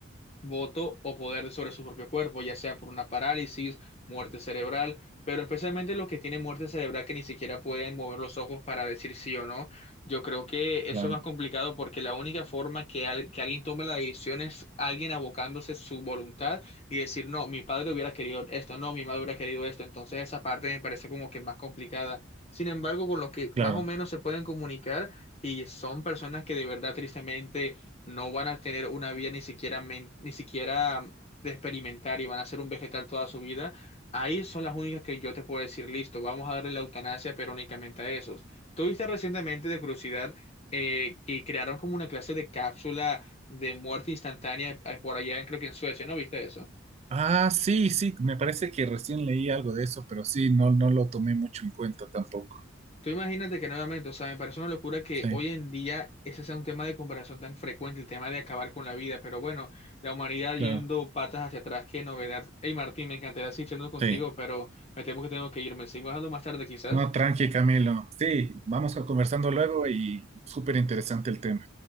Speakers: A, on the left; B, on the right.
A: voto o poder sobre su propio cuerpo, ya sea por una parálisis, muerte cerebral, pero especialmente los que tienen muerte cerebral que ni siquiera pueden mover los ojos para decir sí o no. Yo creo que eso
B: Claro,
A: es más complicado porque la única forma que, al- que alguien tome la decisión es alguien abocándose su voluntad y decir, no, mi padre hubiera querido esto, no, mi madre hubiera querido esto. Entonces esa parte me parece como que más complicada. Sin embargo, con los que más
B: claro.
A: o menos se pueden comunicar y son personas que de verdad tristemente no van a tener una vida ni siquiera, men- ni siquiera de experimentar y van a ser un vegetal toda su vida, ahí son las únicas que yo te puedo decir, listo, vamos a darle la eutanasia, pero únicamente a esos. Tuviste recientemente de curiosidad eh, que crearon como una clase de cápsula de muerte instantánea eh, por allá, creo que en Suecia, ¿no viste eso?
B: Ah, sí, sí, me parece que recién leí algo de eso, pero sí, no, no lo tomé mucho en cuenta tampoco.
A: Tú imagínate que nuevamente, o sea, me parece una locura que
B: Sí,
A: hoy en día ese sea un tema de comparación tan frecuente, el tema de acabar con la vida, pero bueno, la humanidad
B: claro,
A: yendo patas hacia atrás, qué novedad. Hey Martín, me encantaría seguir charlando contigo,
B: sí.
A: pero me temo que tengo que irme. Sigo hablando más tarde quizás.
B: No, tranqui, Camilo. Sí, vamos a conversando luego y súper interesante el tema.